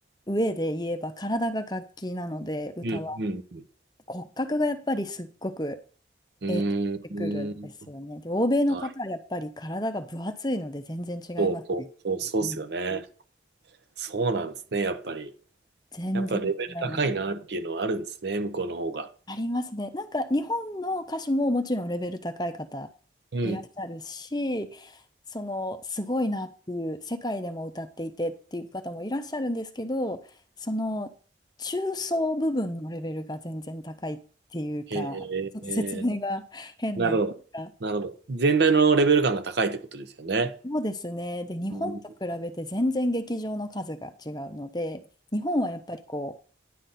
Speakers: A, on the left; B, on the right.
A: 上で言えば、体が楽器なので、歌は。
B: うん、うん、
A: 骨格がやっぱりすっごく
B: うん。
A: 影響してくるんですよね。
B: うーん、
A: で、欧米の方はやっぱり体が分厚いので全然違いますね。
B: あ、そう、そう、そう、そうっすよね。
A: うん、
B: そうなんですね、やっぱり。
A: 全然違います。
B: やっぱレベル高いなっていうのはあるんですね、向こうの方が。
A: ありますね。なんか日本の歌手ももちろんレベル高い方いらっしゃるし、
B: うん。
A: そのすごいなっていう世界でも歌っていてっていう方もいらっしゃるんですけど、その中層部分のレベルが全然高いっていうか、
B: ええ
A: ちょっと説明が変なんですが、
B: なるほど。なるほど。全体のレベル感が高いってことですよね。
A: そうですね。で、日本と比べて全然劇場の数が違うので、
B: うん。
A: 日本はやっぱりこう、